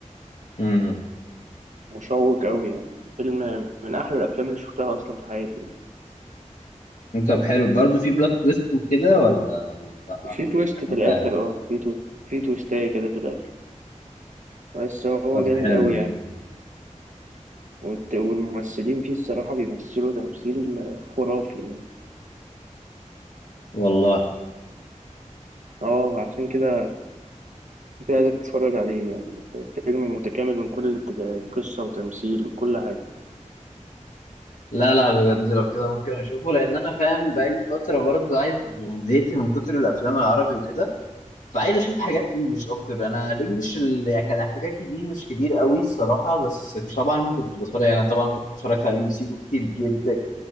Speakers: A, on the left (about 80°); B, on the right (about 70°).
A: امم
B: مشوق قوي يعني فيلم من احلى الافلام اللي شفتها اصلا في حياتي يعني.
A: طب حلو برضه في بلوت تويست وكده ولا ولا لا
B: في تويست
A: مش عارف
B: في
A: انت
B: الاخر
A: عارف
B: اه في تويست في تويستاية كده في الاخر بس هو
A: طب
B: جامد
A: حلو
B: قوي يعني
A: ده
B: والت- والممثلين فيه الصراحة بيمثلوا تمثيل خرافي يعني
A: والله
B: اه عشان كده انت عايزك تتفرج عليه يعني فيلم متكامل من كل الاتجاهات قصة وتمثيل وكل حاجة
A: لا لا بجد لو كده ممكن اشوفه لان انا فاهم بقالي فتره برضو عايز يعني زهقت من كتر الافلام العربي وكده فعايز اشوف حاجات انجليش اكتر انا الانجليش اللي كان احتكاكي بيه مش كتير قوي الصراحه بس مش طبعا كنت بتفرج يعني طبعا كنت اتفرجت على ام بي سي كتير جدا